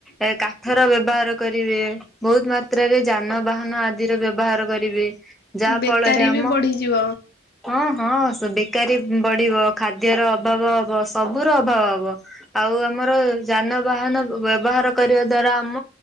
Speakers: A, in the centre; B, on the left (about 50°).
A: ଏ କାଠର ବ ବ୍ୟବହାର କରିବେ ବହୁତ ମାତ୍ରାରେ ଯାନବାହାନ ଆଦିର ବ୍ୟବହାର କରିବେ। ଯାହା
B: ବେକାରୀ
A: ଫଳରେ ଆମ
B: ବି ବଢିଯିବ।
A: ହଁ। ହଁ ସ ବେକାରୀ ବଢିବ ଖାଦ୍ୟର ଅଭାବ ହବ ସବୁର ଅଭାବ ହବ। ଆଉ ଆମର। ଯାନବାହାନ ବ ବ୍ୟବହାର କରିବା ଦ୍ଵାରା ଆମ